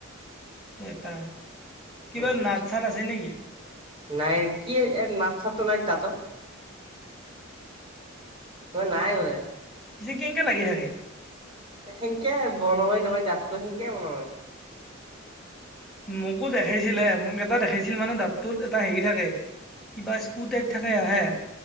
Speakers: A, in the centre; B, on the right.
A: এটা, কিবা
B: উম
A: নাত-চাত আছে নেকি?
B: নাই, কি এই, এ, নাত-চাতটো নাই দাঁতত। তই নাই বোলে।
A: পিছে, কেনেকে লাগি থাকে?
B: সেনকে, বন্ধ নহয়, নহয় দাঁতটো, সেনকে বন্ধ হয়।
A: মোকো দেখাইছিলে, মোক এটা দেখাইছিল মানে, দাঁতটোত এটা হেৰি থাকে। কিবা, স্কু টাইপ থাকে আহে।